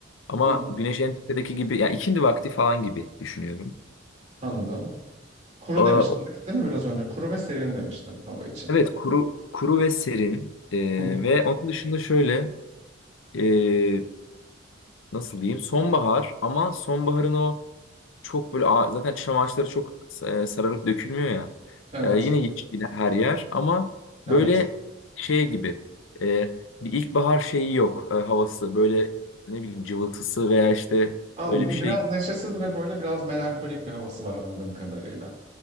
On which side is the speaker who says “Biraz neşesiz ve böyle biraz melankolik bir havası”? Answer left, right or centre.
Right